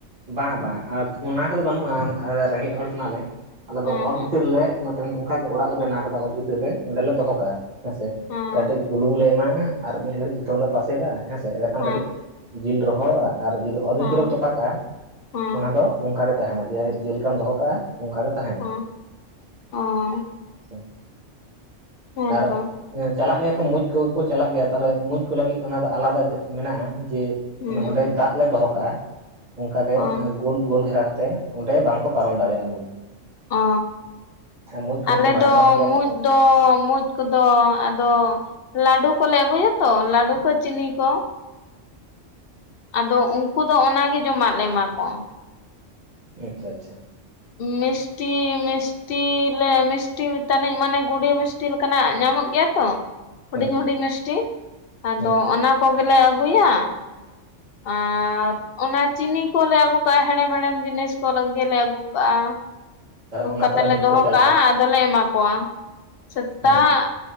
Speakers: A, on the right (about 35°); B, on the left (about 55°).
A: ᱵᱟᱝ ᱵᱟᱝ ᱚᱱᱟ ᱠᱚᱫᱚ ᱵᱟᱹᱱᱩᱜᱼᱟ ᱨᱮᱸᱜᱮᱡ ᱦᱚᱲ ᱠᱟᱱᱟᱞᱮ ᱟᱞᱮ ᱫᱚ
B: ᱦᱮᱸ
A: ᱚᱛ
B: ᱦᱮᱸ
A: ᱵᱷᱤᱛᱤᱨᱮᱞᱮ ᱢᱤᱫᱴᱮᱱ ᱚᱱᱠᱟᱜᱮ ᱚᱲᱟᱜ ᱞᱮ ᱵᱮᱱᱟᱣ ᱟᱠᱟᱫᱟ ᱚᱛ ᱵᱷᱤᱛᱤᱨ ᱨᱮ ᱚᱸᱰᱮᱞᱮ ᱫᱚᱦᱚ ᱠᱟᱜᱼᱟ ᱦᱮᱸᱥᱮ
B: ᱦᱮᱸ
A: ᱠᱟᱹᱴᱤᱡ ᱵᱩᱞᱩᱝ ᱞᱮ ᱮᱢᱟᱜᱼᱟ ᱟᱨ ᱢᱤᱫ ᱜᱷᱟᱹᱲᱤᱡ ᱥᱤᱛᱩᱝ ᱨᱮᱞᱮ ᱛᱟᱥᱮ ᱠᱟᱜᱼᱟ ᱦᱮᱸᱥᱮ ᱚᱸᱲᱮᱠᱷᱟᱱ
B: ᱦᱮᱸ
A: ᱠᱟᱹᱴᱤᱡ ᱡᱤᱞ ᱨᱚᱦᱚᱲᱚᱜᱼᱟ ᱟᱨ ᱡᱩᱫᱤ ᱚᱛ ᱵᱷᱤᱛᱨᱤ
B: ᱦᱮᱸ
A: ᱨᱮᱢ ᱛᱚᱯᱟ ᱠᱟᱜᱼᱟ
B: ᱦᱮᱸ
A: ᱚᱱᱟ ᱫᱚ ᱚᱱᱠᱟ ᱜᱮ ᱛᱟᱦᱮᱱᱟ ᱡᱮ ᱡᱮᱞᱮᱠᱟᱢ ᱫᱚᱦᱚ ᱠᱟᱜᱼᱟ ᱚᱱᱠᱟ ᱜᱮ ᱛᱟᱦᱮᱱᱟ
B: ᱦᱮᱸ ᱚ
A: ᱟᱪᱪᱷᱟ
B: ᱦᱮᱸᱛᱚ
A: ᱟᱨ <inaudible> ᱪᱟᱞᱟᱜ ᱜᱮᱭᱟ ᱠᱚ ᱢᱩᱸᱡ ᱠᱚᱜᱮ ᱠᱚ ᱪᱟᱞᱟᱜ ᱜᱮᱭᱟ ᱛᱟᱦᱞᱮ ᱢᱩᱸᱡ ᱠᱚ ᱞᱟᱹᱜᱤᱫ ᱚᱱᱟ ᱫᱚ ᱟᱞᱟᱫᱟ ᱢᱮᱱᱟᱜᱼᱟ ᱡᱮ
B: ᱦᱩᱸ
A: ᱚᱱᱮ ᱚᱸᱰᱮ ᱫᱟᱜ ᱞᱮ ᱫᱚᱦᱚ ᱠᱟᱜᱼᱟ ᱚᱱᱠᱟᱜᱮ
B: ᱚ
A: ᱜᱳᱞ ᱜᱳᱞ ᱜᱷᱮᱨᱟ ᱠᱟᱛᱮᱜ ᱚᱸᱰᱮ ᱵᱟᱝᱠᱚ ᱯᱟᱨᱚᱢ ᱫᱟᱲᱮᱭᱟᱜᱼᱟ ᱢᱩᱸᱡ
B: ᱚ
A: ᱟᱨ ᱢᱩᱸᱡ ᱠᱚᱦᱚᱸ
B: ᱟᱞᱮ
A: ᱠᱚ ᱢᱟᱨᱟᱝ
B: ᱫᱚ
A: ᱢᱟᱨᱟᱝ ᱜᱮᱭᱟ
B: ᱢᱩᱸᱡ
A: ᱛᱚ
B: ᱫᱚ ᱢᱩᱸᱪ ᱠᱚᱫᱚ ᱟᱫᱚ ᱞᱟᱹᱰᱩ ᱠᱚᱞᱮ ᱟᱹᱜᱩᱭᱟᱛᱚ ᱞᱟᱹᱰᱩ ᱪᱤᱱᱤ ᱠᱚ ᱟᱫᱚ ᱩᱱᱠᱩ ᱫᱚ ᱚᱱᱟᱜᱮ ᱡᱚᱢᱟᱜ ᱞᱮ ᱮᱢᱟ ᱠᱚᱣᱟ
A: ᱟᱪᱪᱷᱟ ᱟᱪᱪᱷᱟ
B: ᱢᱤᱥᱴᱤ ᱢᱤᱥ ᱢᱤᱥᱴᱤᱞᱮ ᱢᱤᱥᱴᱤ ᱛᱟᱱᱤᱡ ᱢᱟᱱᱮ ᱜᱩᱰᱤᱭᱟᱹ ᱢᱤᱥᱴᱤ ᱞᱮᱠᱟᱱᱟᱜ ᱧᱟᱢᱚᱜ ᱜᱮᱭᱟ ᱛᱚ ᱦᱩᱰᱤᱧ
A: ᱦᱳᱭ
B: ᱦᱩᱰᱤᱧ ᱢᱤᱥᱴᱤ ᱟᱫᱚ
A: ᱦᱮᱸ
B: ᱚᱱᱟ ᱠᱚᱜᱮᱞᱮ ᱟᱹᱜᱩᱭᱟ ᱟᱨ ᱚᱱᱟ ᱪᱤᱱᱤ ᱠᱚᱞᱮ ᱟᱹᱜᱩ ᱠᱟᱜᱼᱟ ᱦᱮᱲᱮᱢ ᱦᱮᱲᱮᱢ ᱡᱤᱱᱤᱥ ᱠᱚ ᱜᱮᱞᱮ ᱟᱹᱜᱩᱼᱼ ᱠᱟᱜ-ᱟ ᱟᱹᱜᱩ
A: ᱚᱱᱟ
B: ᱠᱟᱛᱮ
A: ᱠᱚᱨᱮ ᱢᱩᱸᱡ
B: ᱞᱮ ᱫᱚᱦᱚ
A: ᱠᱚ ᱪᱟᱞᱟᱜᱼᱟ
B: ᱠᱟᱜᱼᱟ ᱟᱫᱚᱞᱮ ᱮᱢᱟ ᱠᱚᱣᱟ ᱥᱮᱛᱟᱜ
A: ᱦᱳᱭ